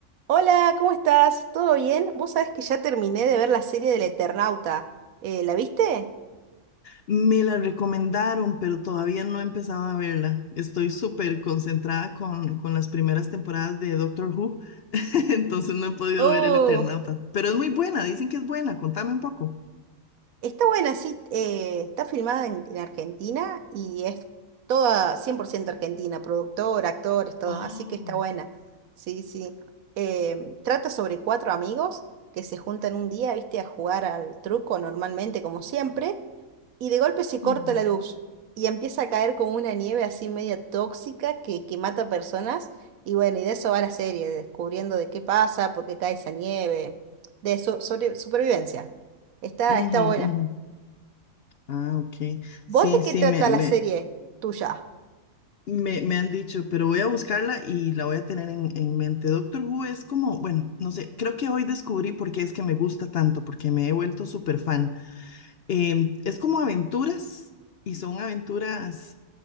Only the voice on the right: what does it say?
Hola, ¿cómo estás? ¿Todo bien? Vos sabés que ya terminé de ver la serie del Eternauta. Eh, ¿la viste?
Oh,
está buena, sí. eh, está filmada en, en Argentina y es toda 100% argentina, productor, actores, todo.
Así que está buena. Sí, sí. Em, trata sobre cuatro amigos que se juntan un día, viste, a jugar al truco normalmente, como siempre. Y de golpe se corta
la luz y empieza a caer como una nieve así media tóxica que, que mata personas. Y bueno, y de eso va la serie, descubriendo de qué pasa, por qué cae esa nieve, de so- sobre supervivencia. Está,
está buena.
¿Vos
de qué
trata
la serie tuya?